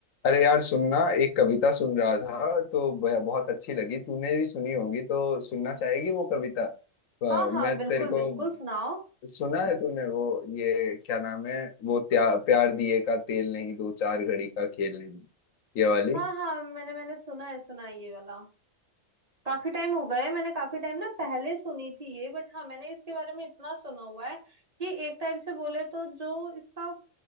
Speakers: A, on the left; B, on the right.
A: अरे यार सुनना एक कविता सुन रहा था तो ब- बहुत अच्छी लगी तूने भी सुनी होगी तो सुनना चाहेगी वो कविता अ,
B: हाँ हाँ
A: मैं
B: बिल्कुल
A: तेरे
B: बिल्कुल
A: को
B: सुनाओ
A: सुना है तूने वो ये क्या नाम है वो त्या, प्यार दिए का तेल नहीं दो चार घड़ी का खेल नहीं ये वाली
B: हाँ हाँ मैंने मैंने सुना है सुना है ये वाला काफी टाइम हो गया है मैंने काफी टाइम ना पहले सुनी थी ये बट हाँ मैंने इसके बारे में इतना सुना हुआ है कि एक टाइप से बोले तो जो इसका